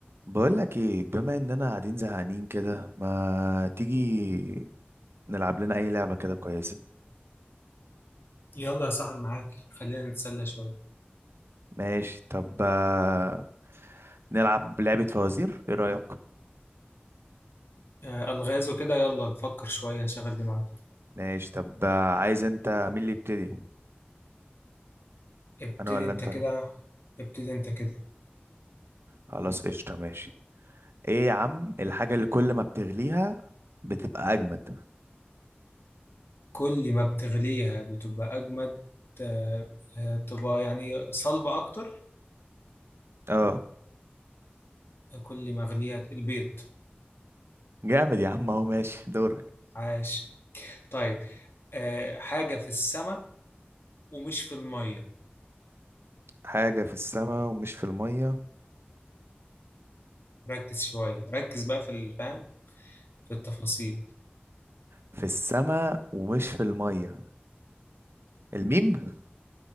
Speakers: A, on the right; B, on the left.
A: بقول لك ايه بما اننا قاعدين زهقانين كده ما تيجي نلعب لنا اي لعبة كده كويسة
B: يلا يا صاحبي معاك خلينا نتسلى شوية
A: ماشي طب آه، نلعب لعبة فوازير ايه رأيك
B: آه، ألغاز وكده يلا نفكر شوية نشغل دماغنا
A: ماشي طب آه، عايز انت مين اللي يبتدي
B: ابتدي
A: انا ولا
B: انت
A: انت
B: كده ابتدي انت كده
A: خلاص قشطة ماشي ايه يا عم الحاجة اللي كل ما بتغليها بتبقى اجمد
B: كل ما بتغليها بتبقى أجمد آه، آه، تبقى يعني صلبة أكتر
A: اه
B: كل ما أغليها البيض
A: جامد يا عم اهو ماشي دورك
B: عاش طيب آه، حاجة في السماء ومش في المية
A: حاجة في السماء ومش في المية
B: ركز شوية ركز بقى في الفهم في التفاصيل
A: في السماء ومش في المية الميم